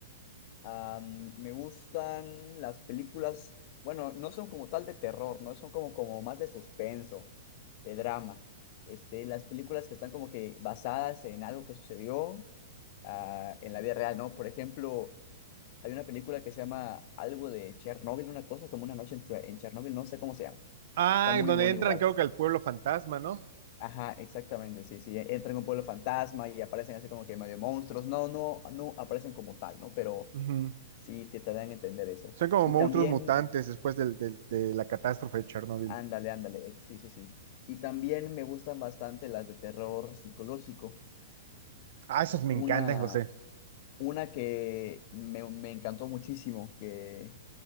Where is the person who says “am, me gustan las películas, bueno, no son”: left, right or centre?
Left